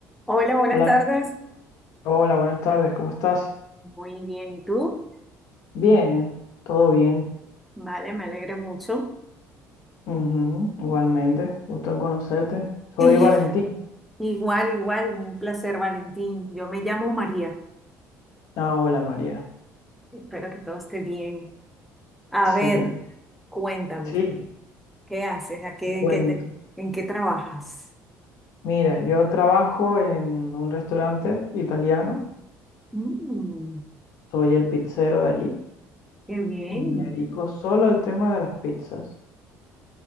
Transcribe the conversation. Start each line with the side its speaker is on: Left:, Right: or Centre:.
Centre: Hola, buenas
Left: Hola,
Centre: tardes.
Left: hola, buenas tardes, ¿cómo estás?
Centre: Muy bien, ¿y tú?
Left: Bien, todo bien.
Centre: Vale, me alegra mucho. <laughs>
Left: Ujú, igualmente, gusto en conocerte. Soy
Centre: Eh,
Left: Valentín.
Centre: igual, igual, un placer, Valentín. Yo me llamo María.
Left: Ah, hola María.
Centre: Espero que todo esté bien. A
Left: <laughs> Sí,
Centre: ver, cuéntame,
Left: sí,
Centre: ¿qué haces? ¿A qué,
Left: te cuento.
Centre: qué te- en qué trabajas?
Left: Mira, yo trabajo en un restaurante italiano,
Centre: Mm,
Left: soy el pizzero de allí
Centre: qué bien.
Left: y me dedico solo al tema de las pizzas.